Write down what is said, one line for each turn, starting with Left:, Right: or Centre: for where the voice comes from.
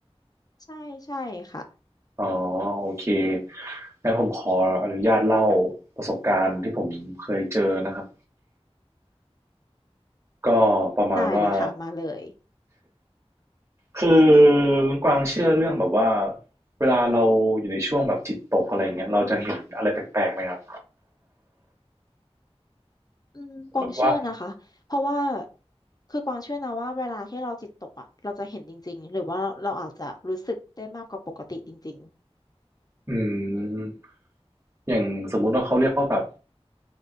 Left: ใช่ใช่ค่ะ
Right: อ๋อโอเคงั้นผมขออนุญาตเล่าประสบการณ์ที่ผมเคยเจอนะครับก็ประมาณว่า
Left: ได้เลยค่ะมาเลย
Right: คือคุณกวางเชื่อเรื่องแบบว่าเวลาเราอยู่ในช่วงแบบจิตตกอะไรอย่างเงี้ยเราจะเห็นอะไรแปลกๆไหมครับ
Left: อืมกวางเชื่อนะคะเพราะว่า
Right: แบบว่า
Left: คือกวางเชื่อนะว่าเวลาที่เราจิตตกอะเราจะเห็นจริงๆหรือว่าเราอาจจะรู้สึกได้มากกว่าปกติจริง
Right: อืมอย่างสมมุติว่าเขาเรียกว่าแบบ